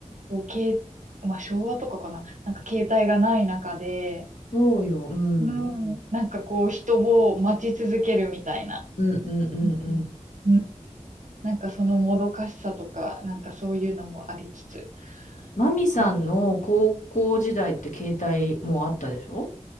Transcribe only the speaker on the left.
そうよ。うん。
うんうんうんうん。
え、
マミさんの高校時代って携帯もうあったでしょ